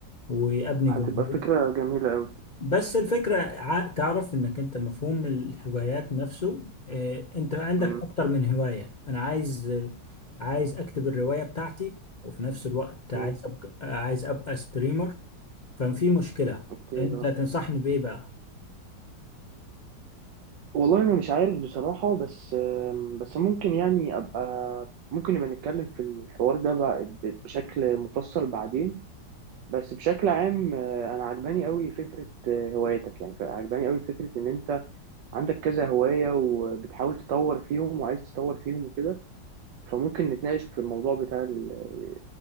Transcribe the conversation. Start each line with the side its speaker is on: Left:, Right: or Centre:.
Left: وابني
Right: هتبقى
Left: جمهور
Right: فكرة جميلة قوي
Left: بس الفكره ع- تعرف انك انت مفهوم الهوايات نفسه آه، انت عندك
Right: امم
Left: اكتر من هوايه انا عايز آه، عايز اكتب الروايه بتاعتي وفي نفس الوقت عايز
Right: امم
Left: ابقى عايز ابقى ستريمر ففي مشكله
Right: اوكي
Left: انت
Right: اه
Left: تنصحني بايه بقى
Right: والله انا مش عارف بصراحة بس آم، بس ممكن يعني ابقى ممكن نبقى نتكلم في الحوار ده بقى ب- بشكل مفصل بعدين بس بشكل عام آه، انا عجباني قوي فكرة آه، هوايتك يعني عجباني قوي فكرة ان انت عندك كذا هواية وبتحاول تطور فيهم وعايز تطور فيهم وكده فممكن نتناقش في الموضوع بتاع ال-